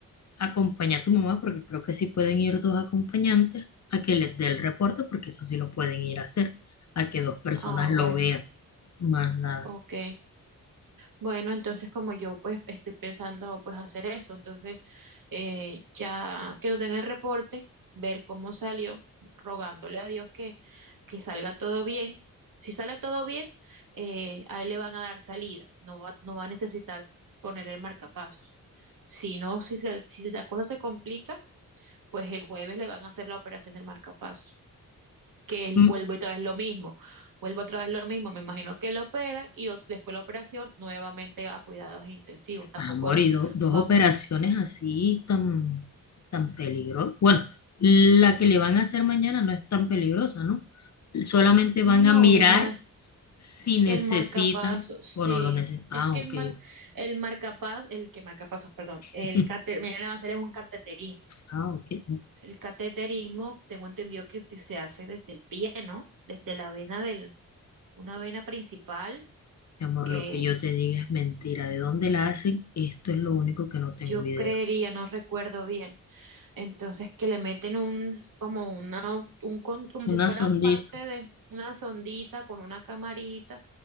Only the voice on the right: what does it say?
Ah, bueno,
ok. Bueno, entonces como yo pues estoy pensando pues hacer eso, entonces eh, ya que nos den el reporte, ver cómo salió, rogándole a Dios que, que salga todo bien. Si sale todo bien, eh, a él le van a dar salida, no va, no va a necesitar ponerle el marcapasos. Si no, si, se- si la cosa se complica, pues el jueves le van a hacer la operación del marcapasos que él
vuelve otra vez lo mismo, vuelve otra vez lo mismo, me imagino que lo operan y ot- después de la operación nuevamente a cuidados intensivos, tampoco
el-
vamos,
no,
el mar,
el marcapasos, sí,
es
que
el mar, el marcapaz, el que marcapasos, perdón, el
cate, me van a hacer es un cateterismo,
el cateterismo tengo entendido que te- se hace desde el pie, ¿no? Desde la vena del, una vena principal
que
yo
creería, no recuerdo bien Entonces que le meten un, como una, un, con- como
si fuera
parte de una sondita con una camarita